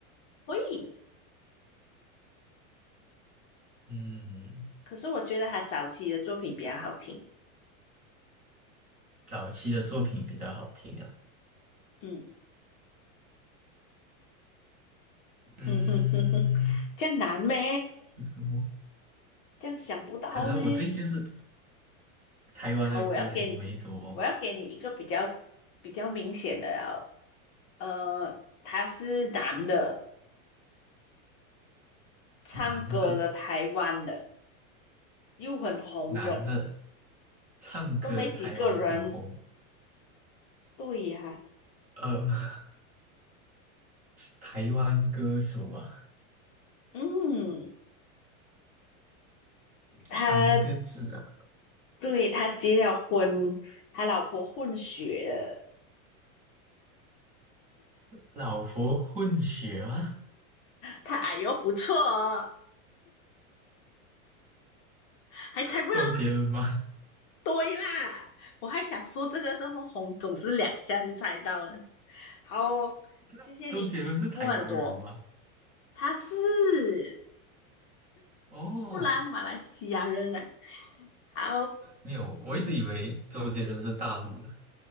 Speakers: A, on the left (about 35°); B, on the right (about 20°).
A: 可以。
B: 嗯，
A: 可是我觉得他早期的作品比较好听。
B: 早期的作品比较好听啊。
A: 嗯
B: 嗯，
A: 嗯哼哼哼，这样难咩？
B: 有什么？
A: 这样想不到咩？
B: 可能我对就是台湾的歌星没什么
A: 好，我要给你我要给你一个比较比较明显的哦，呃，他是男的，唱歌的，
B: 难的，
A: 台湾的，又很红的，
B: 男的唱歌，
A: 都没几个人。
B: 台湾很红。
A: 对呀、
B: 呃，<laughs> 台湾歌手啊，
A: 嗯，他
B: 三个字啊，
A: 对他结了婚，他老婆混血的，
B: 老婆混血啊，
A: 他矮呦不错哦，还猜不到
B: <laughs> 周杰伦吗？
A: 对啦，我还想说这个这么红，总是两下就猜到了。好，
B: <laughs>
A: 谢谢你进步很多。
B: 周杰伦是台湾人吗？
A: 他是
B: 哦，
A: 布兰马来西亚人啊。好，
B: 没有，我一直以为周杰伦是大陆的。